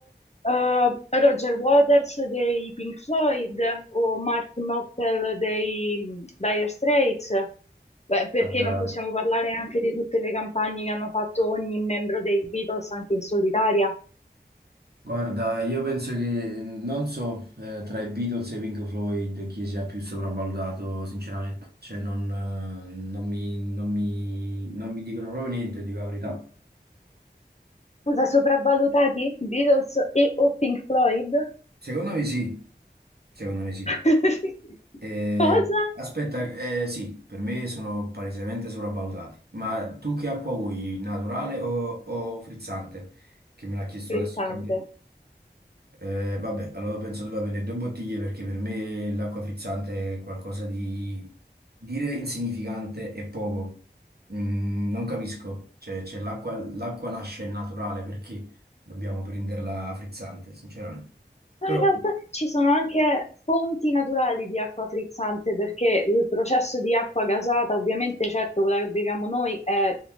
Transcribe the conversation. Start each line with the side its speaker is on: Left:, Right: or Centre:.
Left: eh, Roger Waters dei Pink Floyd o Martin Knopfler dei mm, Dire Straits. Beh, perché
Right: Guarda,
Left: non possiamo parlare anche di tutte le campagne che hanno fatto ogni membro dei Beatles anche in solitaria?
Right: Guarda, io penso che non so eh, tra i Beatles e Pink Floyd chi sia più sopravvalutato, sinceramente. Cioè, non, eh, non mi, non mi- non mi dicono proprio niente, dico la verità.
Left: Cosa sopravvalutati? Beatles e o Pink Floyd?
Right: Secondo me sì, secondo me sì.
Left: <laughs>
Right: Eh,
Left: Cosa?
Right: aspetta, eh, sì, per me sono palesemente sopravvalutati. Ma tu che acqua vuoi, naturale o, o frizzante? Che me l'ha chiesto
Left: Frizzante.
Right: adesso il cameriere. Eh, vabbè, allora penso debba avere due bottiglie perché per me l'acqua frizzante è qualcosa di dire insignificante e poco. Mm, non capisco, cioè, cioè, l'acqua l'acqua nasce naturale perché dobbiamo prenderla frizzante, sinceramente.
Left: Ma
Right: Però,
Left: in realtà ci sono anche fonti naturali di acqua frizzante perché il processo di acqua gasata, ovviamente, certo, quella che beviamo noi è